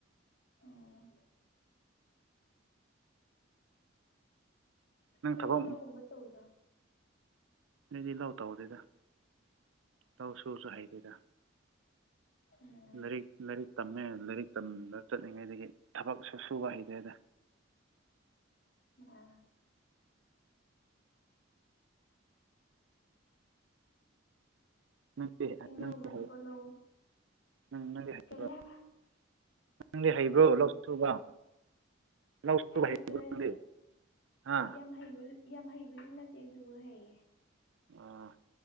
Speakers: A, on the left; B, on the right.
A: ꯎꯝ
B: ꯅꯪ
A: ꯅꯣꯢꯗꯤ
B: ꯊꯕꯛ
A: ꯂꯧꯒꯨꯝꯕ ꯇꯧꯗꯔꯣ
B: ꯑꯩꯗꯤ ꯂꯧ ꯇꯧꯗꯦꯗ ꯂꯧ ꯁꯨꯕꯁꯨ ꯍꯩꯗꯦꯗ
A: ꯑꯝ
B: ꯂꯥꯏꯔꯤꯛ ꯂꯥꯏꯔꯤꯛ ꯇꯝꯃꯦ ꯂꯥꯏꯔꯤꯛ ꯇꯝꯕ ꯆꯠꯂꯤꯉꯩꯗꯒꯤ ꯊꯕꯛꯁꯨ ꯁꯨꯕ ꯍꯩꯇꯦꯗ
A: ꯑꯥ
B: ꯅꯪꯗꯤ
A: ꯆꯤꯡꯗ
B: ꯅꯪꯗꯤ
A: ꯃꯠꯇ
B: ꯍꯩ
A: <inaudible> ꯄꯂ
B: ꯅꯪ ꯅꯪꯗꯤ ꯍꯩꯕ꯭ꯔꯣ
A: ꯀꯔꯤꯌꯥꯕ
B: ꯅꯪꯗꯤ ꯍꯥꯏꯕꯔꯣ ꯂꯧ ꯁꯨꯕ ꯂꯧ ꯁꯨꯕ
A: ꯍꯩꯇ꯭ꯔꯦ
B: ꯍꯩꯕ꯭ꯔꯣ ꯅꯪꯗꯤ ꯍꯥ
A: ꯌꯥꯝ ꯍꯩꯁꯨ ꯌꯥꯝ ꯍꯩꯕꯁꯨ ꯅꯠꯇꯦ ꯑꯗꯨꯕꯨ ꯍꯩꯌꯦ
B: ꯑꯥ